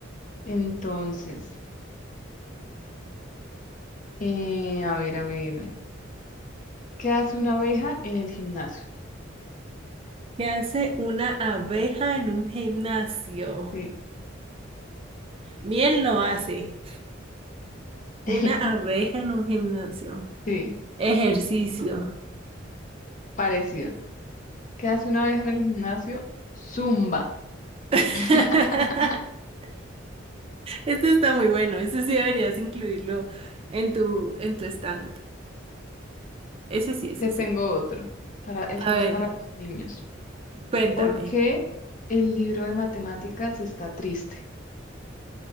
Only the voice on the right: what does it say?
¿Qué hace una abeja en un gimnasio?
Miel no hace.
Una abeja en un gimnasio.
Ejercicio.
<laughs>
Este está muy bueno, ese sí deberías incluirlo en tu, en tu stand. Ese sí, ese
sí.
A
ver,
cuéntame,